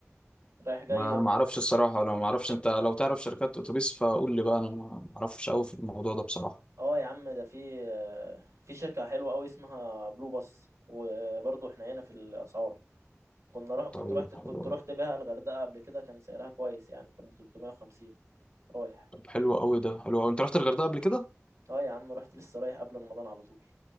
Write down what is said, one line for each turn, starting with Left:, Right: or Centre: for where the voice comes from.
Right: رايح جاي
Left: ما أنا
Right: م-
Left: ما أعرفش
Right: م-
Left: الصراحة أنا ما أعرفش أنت لو تعرف شركات أتوبيس فقول لي بقى أنا ما أعرفش أوي في الموضوع ده بصراحة
Right: اه يا عم ده في آه، في شركة حلوة قوي اسمها بلو باص وبرضه احنا هنا في الأسعار كنا رح... كنت
Left: طيب
Right: رحت كنت
Left: حلو أوي.
Right: رحت بيها الغردقة قبل كده كان سعرها كويس يعني كانت ب 350 رايح
Left: طب حلو أوي ده حلو أوي أنت رحت الغردقة قبل كده؟
Right: اه يا عم رحت لسه رايح قبل رمضان على طول